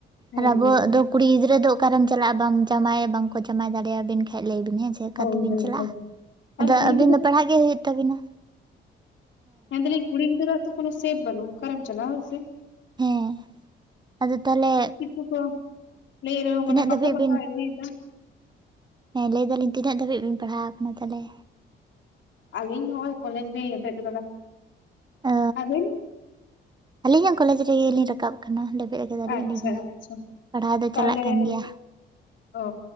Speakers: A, on the left; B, on the right.
A: ᱦᱩᱸ
B: ᱟᱨ ᱟᱵᱚ
A: ᱦᱩᱸ ᱦᱩᱸ
B: ᱫᱚ ᱠᱩᱲᱤ ᱜᱤᱫᱽᱨᱟᱹ ᱫᱚ ᱚᱠᱟᱨᱮᱢ ᱪᱟᱞᱟᱜᱼᱟ ᱵᱟᱢ ᱡᱟᱢᱟᱭ ᱵᱟᱝᱠᱚ ᱡᱟᱢᱟᱭ ᱫᱟᱲᱮᱭᱟᱵᱮᱱ ᱠᱷᱟᱡ ᱞᱟᱹᱭ ᱵᱤᱱ ᱦᱮᱸ ᱥᱮ ᱾ ᱪᱤᱠᱟᱹ
A: ᱦᱳᱭ
B: ᱛᱮᱵᱤᱱ
A: ᱦᱳᱭ
B: ᱪᱟᱞᱟᱜᱼᱟ
A: ᱦᱳᱭ ᱟᱨ
B: ᱟᱫᱚ
A: ᱠᱩᱲᱤ
B: ᱟᱹᱵᱤᱱ ᱫᱚ ᱯᱟᱲᱦᱟᱜ ᱜᱮ ᱦᱩᱭᱩᱜ ᱛᱟᱹᱵᱤᱱᱟ ᱾
A: ᱦᱮᱸ ᱢᱮᱱᱫᱟᱹᱞᱤᱧ ᱠᱩᱲᱤ ᱜᱤᱫᱽᱨᱟᱹᱜ ᱛᱚ ᱠᱚᱱᱳ ᱥᱮᱵᱷ ᱵᱟᱹᱱᱩᱜ ᱾ ᱚᱠᱟᱨᱮᱢ ᱪᱟᱞᱟᱣ ᱦᱳᱭ ᱥᱮ?
B: ᱦᱮᱸ ᱟᱫᱚ ᱛᱟᱦᱚᱞᱮ
A: ᱩᱱᱠᱩ ᱠᱚ ᱞᱟᱹᱭ ᱨᱮᱦᱚᱸ ᱢᱟᱱᱮ
B: ᱛᱤᱱᱟᱹᱜ
A: ᱵᱟᱠᱚ
B: ᱫᱷᱟᱹᱵᱤᱡ
A: ᱵᱟᱛᱟᱣ
B: ᱵᱤᱱ
A: ᱤᱫᱤᱭᱮᱫᱟ ᱾
B: ᱦᱮᱸ, ᱞᱟᱹᱭ ᱫᱟᱞᱤᱧ ᱛᱤᱱᱟᱹᱜ ᱫᱷᱟᱹᱵᱤᱡ ᱵᱮᱱ ᱯᱟᱲᱦᱟᱣ ᱟᱠᱟᱱᱟ ᱛᱟᱦᱚᱞᱮ?
A: ᱟᱹᱞᱤᱧ ᱱᱚᱜᱼᱚᱭ ᱠᱚᱞᱮᱡᱽ ᱞᱤᱧ ᱞᱮᱵᱮᱫ ᱟᱠᱟᱫᱟ ᱾
B: ᱚ
A: ᱟᱹᱵᱤᱱ?
B: ᱟᱹᱞᱤᱧ ᱦᱚᱸ ᱠᱚᱞᱮᱡᱽ ᱨᱮ ᱜᱮᱞᱤᱧ ᱨᱟᱠᱟᱵ ᱠᱟᱱᱟ, ᱞᱮᱵᱮᱫ ᱟᱠᱟᱫᱟ ᱞᱤᱧ
A: ᱟᱪᱪᱷᱟ
B: ᱟᱹᱞᱤᱧ ᱦᱚᱸ
A: ᱟᱪᱪᱷᱟ
B: ᱯᱟᱲᱦᱟᱣ ᱫᱚ
A: ᱛᱟᱦᱚᱞᱮ
B: ᱪᱟᱞᱟᱜ ᱠᱟᱱ ᱜᱮᱭᱟ ᱾
A: ᱚ,